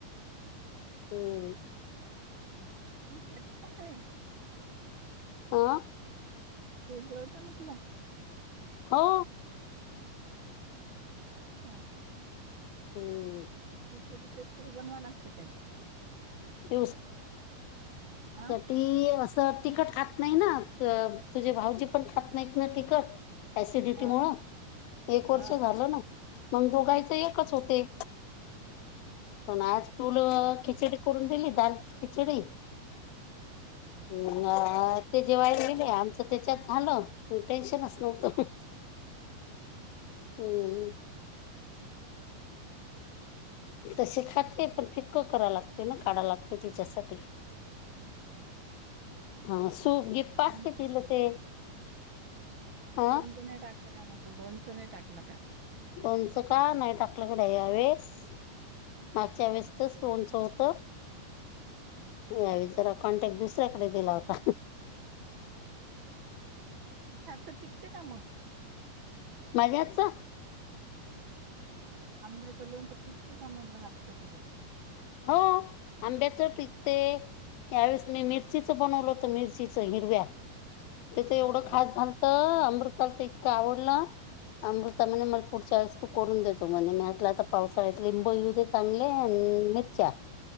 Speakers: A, on the left; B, on the right.
A: <inaudible> हम्म.
B: ती खात्या मंग काय?
A: हा.
B: <unintelligible> म्हटलं.
A: हो.
B: हो का.
A: हम्म.
B: दिवसाचे स्पेशल बनवा लागते काय?
A: <unintelligible>
B: हा.
A: ती असं तिखट खात नाही ना. अह तुझे भाऊजी पण खात नाहीत ना तिखट ऍसिडिटी
B: हा
A: मुळं एक वर्ष
B: हा.
A: झालं ना, मग दोघांच एकच होते. पण आज फूल
B: हो का?
A: खिचडी करून दिली दाल खिचडी.
B: हा
A: हम, ते जेवायला गेले आमचं त्याच्यात झालं. टेन्शनच नव्हतं.
B: हा.
A: हम्म, हम्म. तशी खाते पण फिक्क करा लागते ना, काढा लागते तिच्यासाठी.
B: हो.
A: हा सूप गिप
B: लोंणच
A: असते
B: बींच
A: तिला ते
B: नाही टाकल का?
A: अ
B: लोणचं नाही टाक टाकलं काय म्हटलं लोणचं नाही टाकलं का?
A: लोणचं का नाही टाकलं ह्या वेळेस. मागच्या वेळेस चच लोणच होत
B: हम्म.
A: यावेळी जरा कॉन्टॅक्ट दुसऱ्याकडे दिला होता.
B: ते आता टिकते का मग?
A: माझ्या हातचं?
B: आंब्याचे लोणचं टिकते का म्हणलं हातचं तुझ्या?
A: हो आंब्याच टीकते. यावेळेस मी मिरचीच बनवलं हो तर मिर चीच हिरव्या ते तर एवढ
B: हो का?
A: खास झाल त अमृताला तर इतकं आवडलं. अमृता म्हणे
B: हम्म.
A: मला पुढ च्या वेळेस तू करून देतो म्हणे म्हटलं आता पावसाळ्यात लिंब येऊ दे चांगले आणि मिरच्या